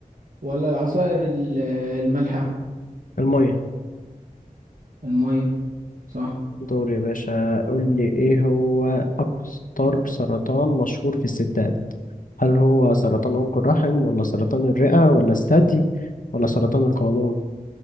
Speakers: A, on the right; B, on the left.
A: ولا العصائر ال- آه، المالحة
B: المية
A: المية صح
B: دور يا باشا قول لي ايه هو اكتر سرطان مشهور في الستات هل هو سرطان عنق الرحم ولا سرطان الرئة ولا الثدي ولا سرطان القولون